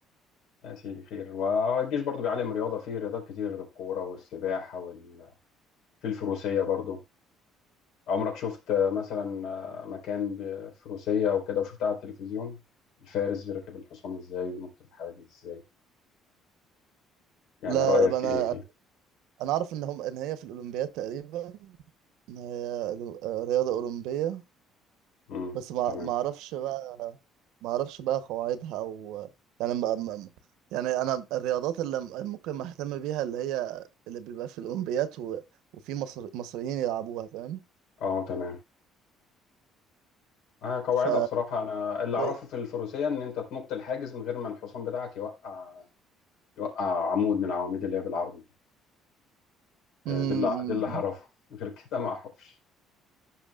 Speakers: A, on the left; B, on the right.
A: يا سيدي خير والجيش برضو بيعلم رياضة فيه رياضات كتير غير الكورة والسباحة وال... في الفروسية برضو عمرك شفت آه، مثلا آه، مكان بفروسية او كده وشفتها على التلفزيون الفارس بيركب الحصان ازاي وينط الحواجز ازاي يعني
B: لا
A: رأيك
B: انا
A: ايه فيه
B: انا اعرف ان هم ان هي في الاولمبياد تقريبا ان هي رياضة اولمبية
A: امم
B: بس ما
A: تمام
B: ما اعرفش بقى ما اعرفش بقى قواعدها او يعني ما ما- يعني انا الرياضات اللي م- ممكن ما اهتم بيها اللي هي اللي بيبقى في الاولمبيات و... وفي مصر... مصريين يلعبوها فاهم
A: اه تمام آه قواعدها
B: ف
A: بصراحة أنا اللي أعرفه
B: إيه،
A: في الفروسية إن أنت تنط الحاجز من غير ما الحصان بتاعك يوقع يوقع عمود من العواميد اللي هي بالعرض دي
B: م-
A: آه ده اللي ده اللي أعرفه <laughs> غير كده ما أعرفش